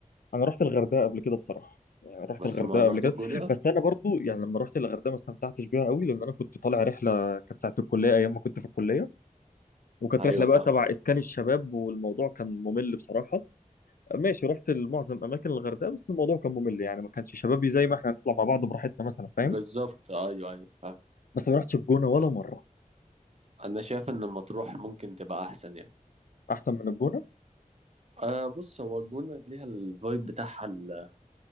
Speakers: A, on the left; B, on the right.
A: انا رحت الغردقه قبل كده بصراحه يعني رحت
B: بس
A: الغردقه
B: ما رحت
A: قبل كده
B: الجونة
A: بس انا برضو يعني لما رحت الغردقه ما استمتعتش بيها قوي لان انا كنت طالع رحله كانت ساعه الكليه ايام ما كنت في الكليه وكانت
B: أيوة
A: رحله
B: فاهم
A: بقى تبع اسكان الشباب والموضوع كان ممل بصراحه ماشي رحت لمعظم اماكن الغردقه بس الموضوع كان ممل يعني ما كانش شبابي زي ما احنا هنطلع مع بعض براحتنا مثلا فاهم
B: بالظبط أيوة أيوة فاهم
A: بس ما رحتش الجونه ولا مره
B: أنا شايف إن مطروح ممكن تبقى أحسن يعني
A: احسن من الجونه
B: أه بص هو الجونة ليها الفايب بتاعها ال-